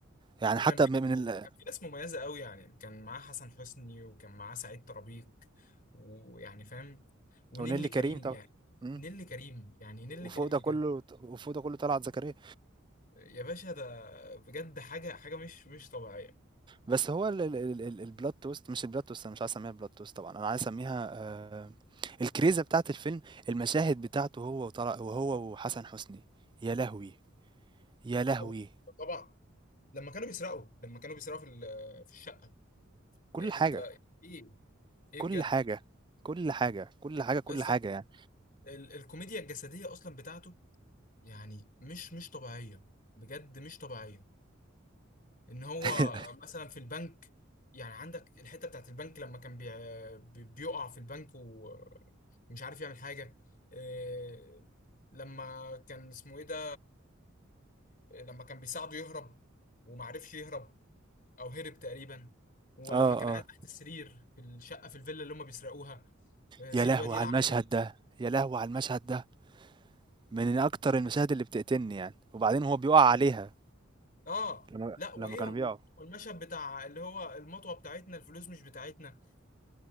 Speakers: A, on the right; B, on the left.
A: يعني
B: وكان
A: حتى
B: في
A: م من ال
B: كان في ناس مميزه قوي يعني كان معاه حسن حسني وكان معاه سعيد طرابيق ويعني فاهم ونيلي
A: أغنية لكريم
B: كريم
A: طبعًا،
B: يعني
A: إمم.
B: نيلي كريم يعني نيلي
A: وفوق
B: كريم
A: ده
B: بجد
A: كله وفوق ده كله طلعت زكريا
B: يا باشا ده بجد حاجة حاجة مش مش طبيعية
A: بس هو ال- ال- ال- ال- البلوت توست مش البلوت توست انا مش عايز اسميها بلوت توست طبعا انا عايز اسميها آه، الكريزه بتاعت الفيلم المشاهد بتاعته هو وطلع وهو وحسن حسني يا لهوي يا لهوي
B: هو طبعا لما كانوا بيسرقوا لما كانوا بيسرقوا في ال- في الشقة
A: كل
B: إيه،
A: حاجه
B: انت ايه ايه
A: كل
B: بجد
A: حاجه كل حاجه كل حاجه كل
B: اصلا
A: حاجه يعني
B: ال- الكوميديا الجسدية اصلا بتاعته يعني مش مش طبيعية بجد مش طبيعية ان هو
A: <laughs>
B: مثلا في البنك يعني عندك الحتة بتاعت البنك لما كان بي بي- بيقع في البنك و- ومش عارف يعمل حاجة إيه، لما كان اسمه ايه ده لما كان بيساعده يهرب ومعرفش يهرب او هرب تقريبا ولما
A: اه
B: كان
A: اه
B: قاعد بالظبط تحت السرير في الشقه في الفيلا اللي هم بيسرقوها آه،
A: يا
B: سيب
A: لهو
B: الواد يا
A: على
B: يلعب
A: المشهد
B: يا لهوي بت
A: ده يا لهو على المشهد ده من اكتر المشاهد اللي بتقتلني يعني وبعدين هو بيقع عليها
B: اه
A: لما
B: لا وايه
A: لما كانوا
B: و-
A: بيقعوا
B: والمشهد بتاع اللي هو المطوه بتاعتنا الفلوس مش بتاعتنا